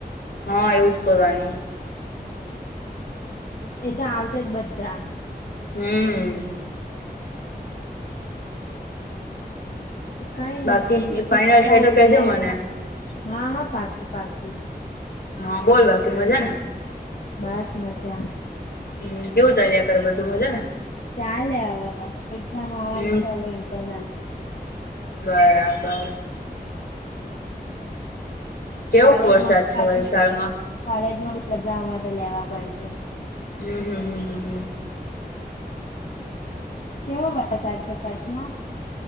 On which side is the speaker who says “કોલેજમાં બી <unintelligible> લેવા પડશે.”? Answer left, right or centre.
Left